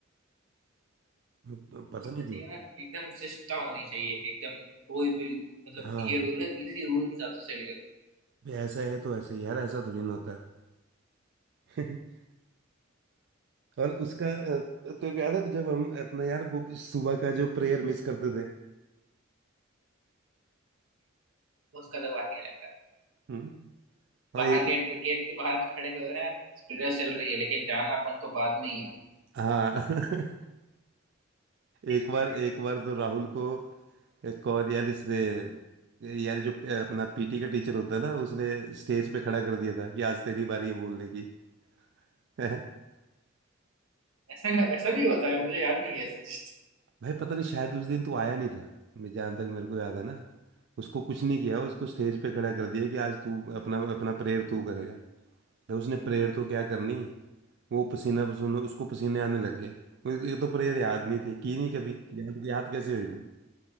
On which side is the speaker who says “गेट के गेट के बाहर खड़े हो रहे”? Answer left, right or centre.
Right